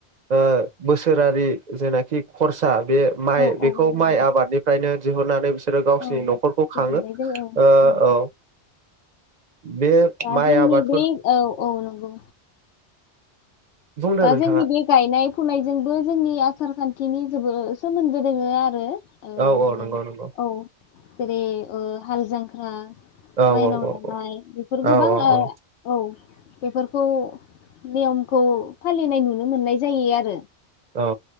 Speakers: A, on the right (about 50°); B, on the left (about 85°).
A: ओ बोसोरारि जेनाखि खरस सा बे माइ
B: औ
A: बेखौ
B: औ नंगौ
A: माइ आबादनिफ्रायनो दिहरनानै बि बिसोरो गावसिरनि
B: औ
A: न'खरखौ खाङो
B: गोजोननाय जायो औ
A: ओ
B: नंगौ
A: औ। बे
B: दा
A: माइ
B: जोंनि
A: आबादफोर
B: बे औ औ नंगौ।
A: बुंदो
B: दा
A: नोंथाङा
B: जोंनि बेे गायनाय फुनायजोंबो जोंनि आसार खान्थिनि जोबोद सोमोन्दो दोङो आरो। ओ
A: औ औ
B: माने
A: नंगौ नंगौ।
B: औ जेरै ओ हालजांख्रा।
A: औ
B: माइनाव
A: औ
B: लानाय बेफोर गोबां
A: औ
B: ओ
A: औ
B: औ। बेफोरखौ नियमखौ फालिनाय नुनो मोननाय जायो आरो।
A: औ